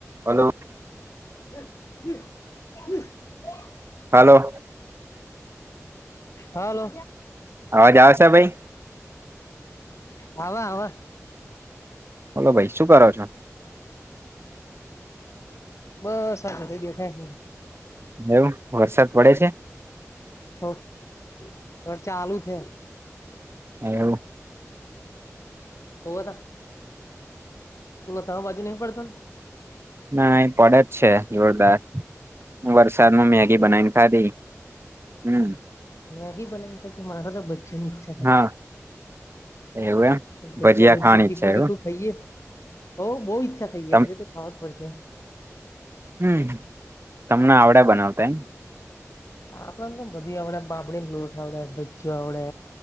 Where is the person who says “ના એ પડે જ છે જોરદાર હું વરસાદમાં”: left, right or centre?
Right